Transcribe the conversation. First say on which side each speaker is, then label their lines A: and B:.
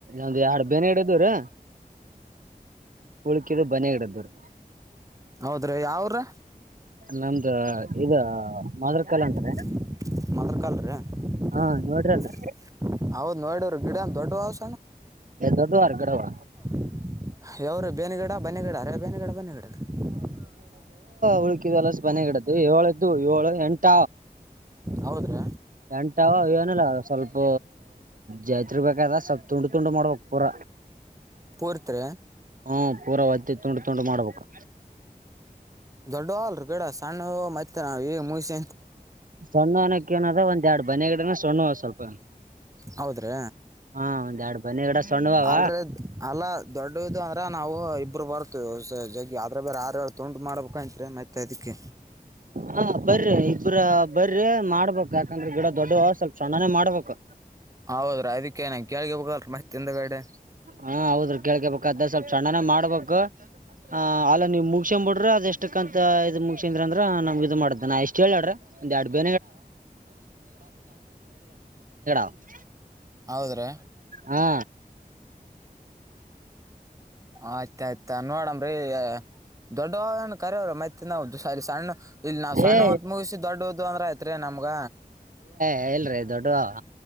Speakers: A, on the right (about 60°); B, on the right (about 20°).
A: ಒಂದ್ ಎರಡ್ ಬೇನೆ ಗಿಡ ಇದ್ದವ್ರಿ ಉಳ್ಕಿದು ಬನೆ ಗಿಡ ಇದ್ದವ್ರಿ
B: ಹೌದ್ರೀ ಯಾವ್ ಊರ
A: ನಮ್ದು ಇದಾ <unintelligible>
B: <unintelligible>
A: ಹಾ ನೋಡ್ರಲ್ರಿ
B: ಹೌದು ನೋಡರು ಗಿಡಂತ ದೊಡ್ರೋ <unintelligible>
A: ದೊಡ್ಡವಾರ ಗಿಡಗಳ
B: <unintelligible>
A: ಉಳಿಕ್ಕಿದ್ <unintelligible> ಗಿಡದ್ದು ಏಳದ್ದು ಏಳು ಎಂಟ
B: ಹೌದ್ರಿ
A: ಎಂಟಾವ ಏನಿಲ್ಲ ಸ್ವಲ್ಪ ಜಾತ್ರಿ ಬೇಕದ ಸ್ವಲ್ಪ್ ತುಂಡು ತುಂಡು ಮಾಡಬೇಕ ಪೂರ
B: ಪೂರ್ತಿ ರೀ
A: ಹ್ಮ್ ಪೂರಾವತ್ತಿ ತುಂಡು ತುಂಡು ಮಾಡ್ಬೇಕು
B: ದೊಡ್ಡವಲ್ರಿ ಗಿಡ ಸಣ್ಣ ಮತ್ತೆ ನಾವ ಈ ಮುಗಸಿ
A: ಸಣ್ಣವನಕ್ಕೆ ಏನದ ಒಂದ್ ಎರಡು <unintelligible> ಗಿಡ ಸಣ್ಣವು ಸ್ವಲ್ಪ
B: ಹೌದ್ರೀ
A: ಹಾ ಒಂದ್ ಎರಡ್ ಬನಿ ಗಿಡ ಸಣ್ಣುವವ
B: ಅಲ್ರ ಅಲ್ಲ ದೊಡ್ಡದು ಅಂದ್ರ ನಾವು ಇಬ್ರು ಬರ್ತವಿ ಜಗ್ಗ ಆದ್ರ ಬೇರೆ ತುಂಡು ಮಾಡ್ಬೇಕು ಅಂತೀರಾ ಮತ್ತ್ ಅದಿಕ್ಕೆ
A: ಹಾ ಬರ್ರಿ ಇಬ್ರ ಬರ್ರಿ ಮಾಡ್ಬೇಕ್ ಯಾಕಂದ್ರೆ ಗಿಡ ದೊಡ್ಡ ಸ್ವಲ್ಪ ಸಣ್ಣನೇ ಮಾಡ್ಬೇಕು
B: ಹೌದ್ರಾ ಅದಕ್ಕೆ <unintelligible> ಮತ್ತ್ ಹಿಂದೇಗಡೆ
A: ಹಾ ಹೌದ್ರಿ ಕೇಳ್ಕೇಬೇಕ್ ಅದ ಸ್ವಲ್ಪ ಸಣ್ಣನೇ ಮಾಡ್ಬೇಕು ಹಾ ಅಲ್ಲ ನೀವ್ ಮುಗಸಂಬ ಬಿಡ್ರಿ ಅದ ಎಷ್ಟಕ್ಕಂತ ಇದ್ ಮುಗಸಂದ್ರ ಅದು ನಮ್ಗ ಇದು ಮಾಡ್ದ ನಾ ಎಷ್ಟ್ ಹೇಳಾಡ್ರಿ ಒಂದ ಎರಡು <unintelligible>
B: ಹೌದ್ರೀ
A: ಹಾ
B: ಆಯ್ತ ಆಯ್ತಾ ನೋಡಮ್ರೀ ದೊಡ್ಡವ ಏನ್ ಕರವ್ರಿ ಮತ್ತೆ ನಾವು ಸರಿ ಸಣ್ಣ ಇಲ್ಲಿ ನಾವ್ ಸಣ್ಣವಂತ
A: ಏ
B: ಮುಗಿಸಿ ದೊಡ್ಡದು ಅಂದ್ರ ಆಯತ್ರಿ ನಮ್ಗ
A: <unintelligible>